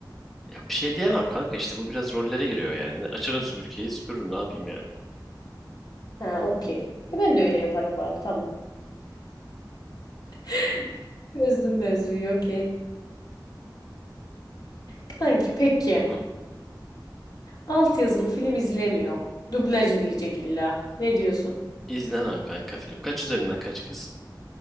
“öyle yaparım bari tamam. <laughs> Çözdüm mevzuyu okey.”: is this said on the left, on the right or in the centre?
Left